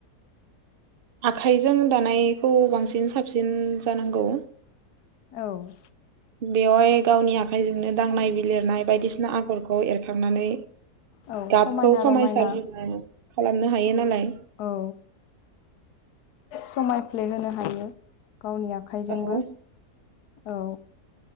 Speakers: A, on the right; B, on the left.
A: आखाइजों दानायखौ बांसिन साबसिन जानांगौ।
B: औ
A: बेवहाय गावनि आखाइजोंनो दांनाय बिलिरनाय बायदिसिना आगरखौ एरखांनानै
B: औ
A: गाबखौ
B: समायना
A: समायसार
B: रमायना
A: होनो खालामनो हायो नालाय।
B: औ समायफ्लेहोनो हायो। गावनि आखाइजोंबो
A: औ
B: औ